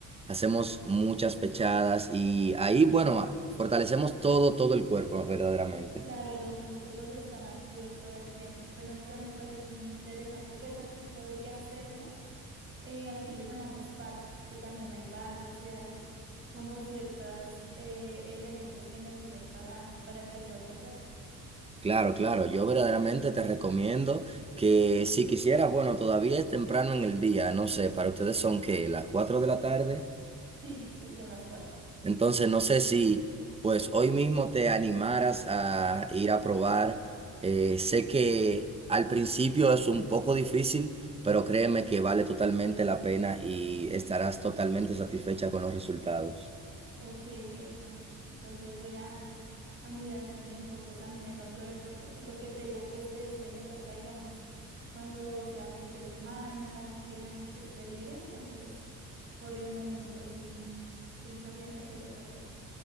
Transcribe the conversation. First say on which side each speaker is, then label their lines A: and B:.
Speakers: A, on the right (about 15°); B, on the right (about 35°).
A: hacemos muchas pechadas y ahí, bueno, fortalecemos todo, todo el cuerpo verdaderamente.
B: claro, los músculos están activos todo el tiempo, pero mira, me parece muy interesante, pues aquí podría hacerlo. eh, aquí lo llamamos parques, que también hay barras y hay como ciertos elementos que me sirven para, para empezarlo a hacer.
A: Claro, claro, yo verdaderamente te recomiendo que si quisieras, bueno, todavía es temprano en el día, no sé, para ustedes son que las 4 de la tarde,
B: Sí, sí, son las cuatro.
A: entonces no sé si pues hoy mismo te animaras a ir a probar, Eh, sé que al principio es un poco difícil, pero créeme que vale totalmente la pena y estarás totalmente satisfecha con los resultados.
B: Ok, Joshua. Entonces voy a, a mirar si me enfoco también en otro deporte. Por lo que te digo, pues que este me toca, digamos, cuando sea fin de semana o que la gente esté libre. Entonces, por el momento sí pensaría en hacer otra cosa.